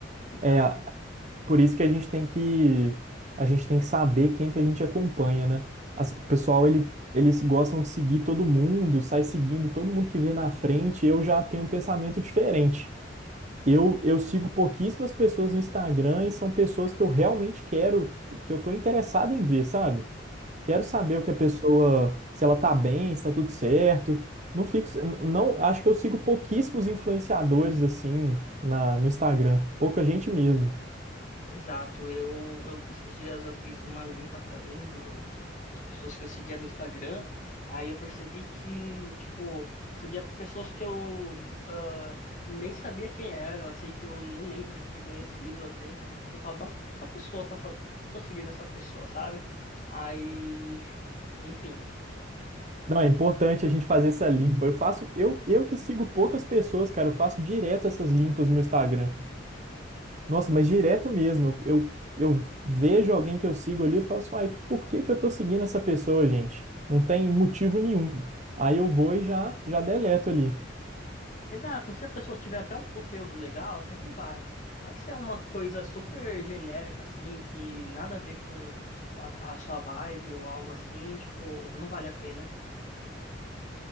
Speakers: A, on the left (about 45°); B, on the right (about 40°).
A: Exato.
B: É, Por isso que a gente tem que a gente tem que saber quem que a gente acompanha, né? As- o pessoal, ele, eles gostam de seguir todo mundo, sai seguindo todo mundo que vê na frente. Eu já tenho um pensamento diferente. Eu, eu sigo pouquíssimas pessoas no Instagram e são pessoas que eu realmente quero, que eu tô interessado em ver, sabe? Quero saber o que a pessoa, se ela tá bem, se tá tudo certo. Não fico, não, acho que eu sigo pouquíssimos influenciadores assim na, no Instagram, pouca gente mesmo.
A: Exato, eu, eu esses dias eu fiz uma limpa também no- nas pessoas que eu seguia no Instagram, aí eu percebi que, tipo, eu seguia pessoas que eu ah, nem sabia quem eram, assim, que eu não lembro de ter conhecido, assim, e falo, nossa, o que essa pessoa tá falando? Por que eu tô seguindo essa pessoa, sabe? Aí, enfim,
B: Não, é importante a gente fazer essa limpa. Eu faço, eu, eu que sigo poucas pessoas, cara, eu faço direto essas limpas no meu Instagram. Nossa, mas direto mesmo. Eu, eu vejo alguém que eu sigo ali, eu falo assim, ai, por que que eu tô seguindo essa pessoa, gente? Não tem motivo nenhum. Aí eu vou e já, já deleto ali.
A: Exato, se a pessoa tiver até um conteúdo legal, até que vai. Mas se é uma coisa super genérica, assim, que nada a ver com a, a sua vibe ou algo assim, tipo, não vale a pena.